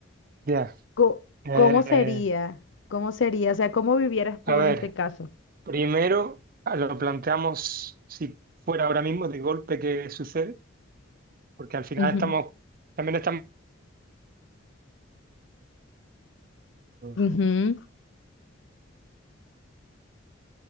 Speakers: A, on the right; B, on the left.
A: ya.
B: co-
A: Eh,
B: ¿cómo sería? ¿Cómo sería? O sea, ¿cómo vivieras tú
A: a ver,
B: en este caso?
A: primero ah, lo planteamos si fuera ahora mismo de golpe que sucede, porque al final
B: Ujú.
A: estamos, también estamos de
B: Ujú,